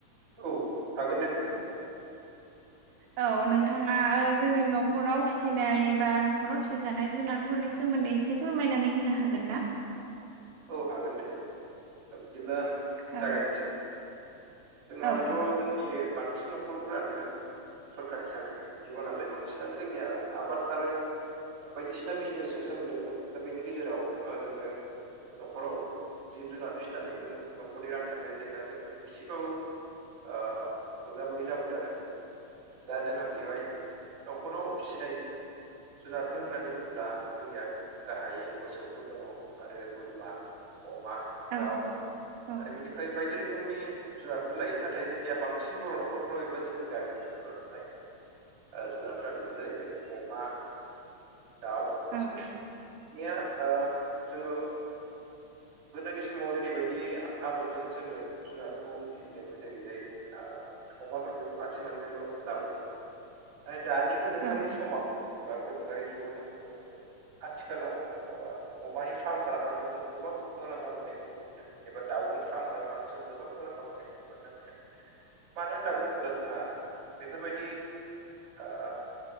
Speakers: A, on the right; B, on the right.
A: औ थागोन दे नोंथां
B: औ नोंथाङा जोंनि न'खराव फिसिनाय बा न'खराव फिसिजानाय जुनारफोरनि सोमोन्दै एसे फोरमायनानै होनो हागोन ना?
A: औ हागोन दे बिदिब्ला
B: औ
A: जागायनोसै जोंहाथ'
B: औ
A: जोंनि बांसिन न'खरफ्रानो सरखारि साख्रि जोबा नालाय बांसिनानो जोंनिया आबाद आरो बायदिसिना बिजनेसजों सोमोन्दो गोनां दा बेनि गेजेराव ओ जोङो न'खराव जिब जुनार फिसिनानैबो न'खरनि रांखान्थियारि जेंनाजों एसेबाबो ओ मोगा मोगि जाबोदों आरो दा जोंहा बेवहाय न'खराव फिसिनाय जुनारफोर होननानै बुङोब्ला जोंनिया गाहायै मोसौफोर दङ आरो बोरमा अमा
B: औ
A: दाउ
B: औ
A: आरो बेनिफ्राय बायदि रोखोमनि जुनारफोर लायो नाथाय जोंनिया बांसिन बर' न'खरफ्राव एबा जोंनि गामि ओनसोलफोराव नुनाय जुनारफोरा बेनो जाहैबाय अमा दाउ मोसौ
B: औ
A: निया ओ जोङो गोदोनि समाव जेरैबायदि आदबजों जोङो जुनारखौ फिबिदोंमोन जेरैहाय अमाफोरखौ जों मासे मानैनोल' लाबोदोंमोन नथाय दानि गोनोखोआरि
B: औ
A: समाव एबा गोनोआरि जुगाव जों नुनो मोन <inaudible> आथिखालाव ओ अमानि फार्म खालामनो जों गोबां मुलाम्फा मोन्नायखौ नुनो मोन्दों एबा दाउनि फार्म खालामनायावबो जों गोबां मुलाम्फा मोननायखौ नुनो मोन्दों मानो होनना बुङोब्ला जोंहा बेफोरबायदि ओ